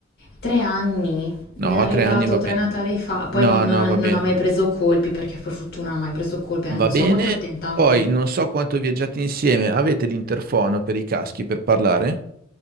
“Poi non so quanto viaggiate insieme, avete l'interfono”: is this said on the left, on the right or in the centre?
Right